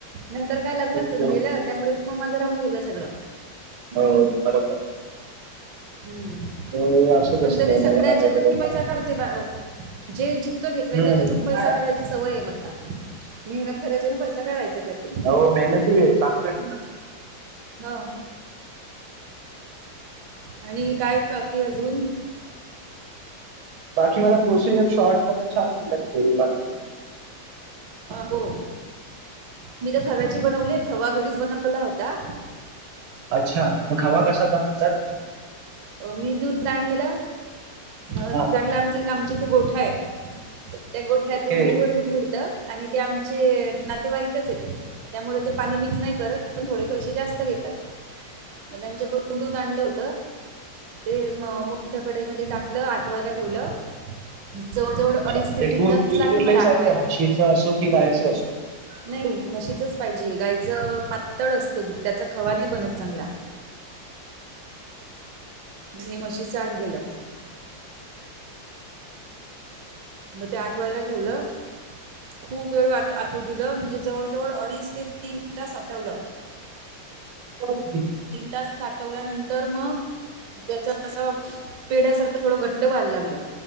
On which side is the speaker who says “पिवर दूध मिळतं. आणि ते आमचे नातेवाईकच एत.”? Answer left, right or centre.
Right